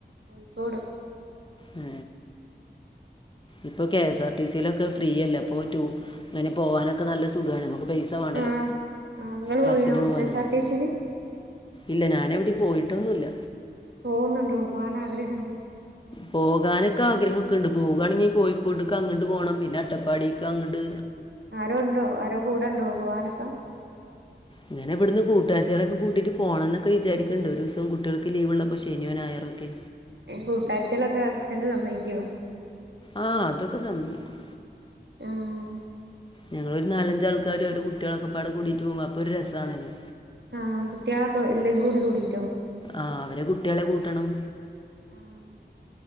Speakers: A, on the right; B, on the left.
A: കോഴിക്കോട്
B: ഏ ഇപ്പൊ കെ എസ് ആർ ടി സിയിലൊക്കെ ഫ്രീയല്ലേ അപ്പോ ടൂ ഇങ്ങനെ പോകാനൊക്കെ നല്ല സുഖാണ് നമുക്ക് പൈസ വേണ്ടല്ലോ
A: ആഹ് ആഹ് ഇങ്ങള്
B: ബസിന്
A: പോയിനോ
B: പോവാനൊന്നും
A: കെ എസ് ആർ ടി സിയില്
B: ഇല്ല ഞാനെവിടെയും പോയിട്ടൊന്നുവില്ല
A: പോകുന്നുണ്ടോ പോകാൻ ആഗ്രഹവുണ്ടോ
B: പോകാനൊക്കെ ആഗ്രഹവൊക്കെ ഉണ്ട് പോകുവാണെങ്കിൽ കോഴിക്കോട്ട്ക്ക് അങ്ങട്ട് പോണം പിന്നെ അട്ടപ്പാടിക്ക് അങ്ങട്ട്
A: ആരോണ്ടോ ആരോ കൂടെ ഉണ്ടോ പോവാനൊക്കെ.
B: ഇങ്ങനെ ഇവിടുന്ന് കൂട്ടുകാരത്തികളെയൊക്കെ കൂട്ടിട്ട് പോണോന്നൊക്കെ വിചാരിക്കിണ്ട് ഒരു ദിവസം കുട്ടികൾക്ക് ലീവുള്ളപ്പൊ ശനിയോ ഞായറൊ ഒക്കെ.
A: ഏ കൂട്ടുകാരത്തികളുടെയൊക്കെ ഹസ്ബൻഡ് സമ്മതിക്കൊ.
B: ആഹ് അതൊക്കെ സമ്മതിക്കും
A: ആഹ്.
B: ഞങ്ങളൊരു നാലഞ്ചാൾക്കാര് ഓരുടെ കുട്ട്യോളൊക്കെപാടെ കൂടിട്ട് പോവുമ്പൊ അപ്പൊ ഒരു രസാണല്ലോ.
A: ആഹ് കുട്ടികളൊക്കെ എല്ലാരും കൂടി കൂടിട്ടോ.
B: ആഹ് അവരെ കുട്ടികളെ കൂട്ടണം.
A: ആഹ്.